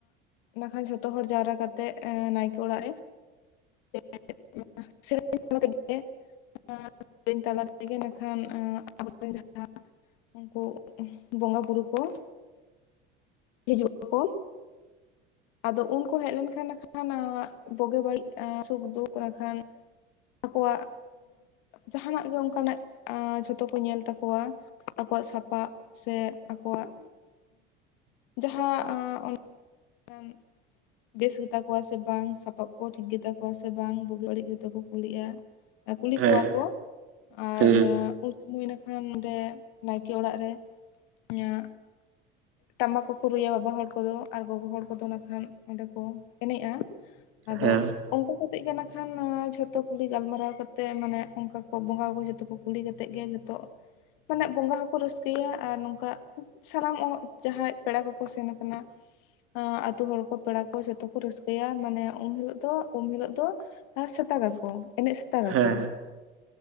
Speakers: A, on the left; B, on the right.
A: ᱱᱟᱠᱷᱟᱱ ᱡᱷᱚᱛᱚ ᱦᱚᱲ ᱡᱟᱣᱨᱟ ᱠᱟᱛᱮᱜ ᱱᱟᱭᱠᱮ ᱚᱲᱟᱜ ᱨᱮᱼᱼ
B: <inaudible>
A: <unintelligible> ᱥᱮᱨᱮᱧ ᱛᱟᱞᱟ ᱛᱮᱜᱮ ᱤᱠᱷᱟᱱ ᱟᱵᱚᱨᱮᱱ ᱡᱟᱦᱟᱸᱼᱼ ᱩᱱᱠᱩ ᱵᱚᱸᱜᱟ ᱵᱩᱨᱩ ᱠᱚ, ᱦᱤᱡᱩᱜ ᱟᱠᱚ᱾ ᱟᱫᱚ ᱩᱱᱠᱩ ᱦᱮᱡ ᱞᱮᱱᱠᱷᱟᱱ ᱠᱷᱟᱱ ᱵᱩᱜᱤ ᱵᱟᱹᱲᱤᱡᱼᱟ ᱥᱩᱠᱼᱫᱩᱠᱷ ᱦᱟᱱ ᱠᱷᱟᱱᱼᱼ ᱟᱠᱚᱣᱟᱜ ᱡᱟᱦᱟ ᱱᱟᱜ ᱜᱮ ᱚᱱᱠᱟᱱᱟᱜ ᱡᱷᱚᱛᱚ ᱠᱚ ᱧᱮᱞ ᱛᱟᱠᱚᱣᱟ᱾ ᱟᱠᱚᱣᱟᱜ ᱥᱟᱯᱟᱵ ᱥᱮ ᱟᱠᱚᱣᱟᱜᱼᱼ
B: <inaudible>
A: ᱡᱟᱦᱟᱸ ᱟᱸ ᱚᱱ <unintelligible> ᱵᱮᱥ ᱜᱮᱛᱟ ᱠᱚᱣᱟ ᱥᱮ ᱵᱟᱝ ᱥᱟᱯᱟᱵ ᱠᱚ ᱴᱷᱤᱠ ᱜᱮᱛᱟ ᱠᱚᱣᱟ ᱥᱮ ᱵᱟᱝ ᱵᱩᱜᱤ ᱵᱟᱹᱲᱤᱡ ᱜᱮᱛᱚ ᱠᱚ ᱠᱩᱞᱤᱜᱼᱟ᱾ ᱟ ᱠᱩᱞᱤ
B: ᱦᱮᱸ
A: ᱠᱚᱣᱟ ᱠᱚ ᱟᱨ
B: ᱦᱮᱸ ᱦᱮᱸ
A: ᱩᱱ ᱥᱚᱢᱚᱭ ᱤᱱᱟᱠᱷᱟᱱ ᱚᱸᱰᱮ ᱱᱟᱭᱠᱮ ᱚᱲᱟᱜ ᱨᱮ ᱤᱧᱟᱹᱜ ᱴᱟᱢᱟᱠ ᱠᱚ ᱠᱚ ᱨᱩᱭᱟ ᱵᱟᱵᱟ ᱦᱚᱲ ᱠᱚᱫᱚ ᱟᱨ ᱜᱚᱜᱚ ᱦᱚᱲ ᱠᱚᱫᱚ ᱱᱟᱜᱠᱷᱟᱱ ᱚᱸᱰᱮ ᱠᱚ ᱮᱱᱮᱡᱼᱟ ᱟᱫᱚ
B: ᱦᱮᱸ
A: ᱚᱱᱠᱟ ᱠᱟᱛᱮᱜ ᱜᱮ ᱱᱟᱜᱠᱷᱟᱱ ᱡᱷᱚᱛᱚ ᱠᱩᱞᱤ ᱜᱟᱞᱢᱟᱨᱟᱣ ᱠᱟᱛᱮᱜ ᱢᱟᱱᱮ ᱚᱱᱠᱟ ᱠᱚ ᱵᱚᱸᱜᱟ ᱡᱷᱚᱛᱚ ᱠᱚ ᱠᱩᱞᱤ ᱠᱟᱛᱮᱫ ᱜᱮ ᱡᱷᱚᱛᱚ ᱢᱟᱱᱮ ᱵᱚᱸᱜᱟ ᱦᱚᱸᱠᱚ ᱨᱟᱹᱥᱠᱟᱹᱭᱟ ᱟᱨ ᱱᱚᱝᱠᱟ ᱥᱟᱱᱟᱢ ᱚ ᱡᱟᱦᱟᱸᱭ ᱯᱮᱲᱟ ᱠᱚᱠᱚ ᱥᱮᱱ ᱟᱠᱟᱱᱟ᱾ ᱦᱚᱸ ᱟᱛᱳ ᱦᱚᱲ ᱠᱚ ᱯᱮᱲᱟ ᱠᱚ ᱡᱷᱚᱛᱚ ᱠᱚ ᱨᱟᱹᱥᱠᱟᱹᱭᱟ ᱢᱟᱱᱮ ᱩᱱ ᱦᱤᱞᱳᱜ ᱫᱚ ᱩᱢ ᱦᱤᱞᱳᱜ ᱫᱚ ᱟᱨ ᱥᱮᱛᱟᱜᱟᱠᱚ ᱮᱱᱮᱡ ᱥᱮ ᱛᱟ ᱜᱟᱠᱚ
B: ᱦᱮᱸ ᱦᱮᱸ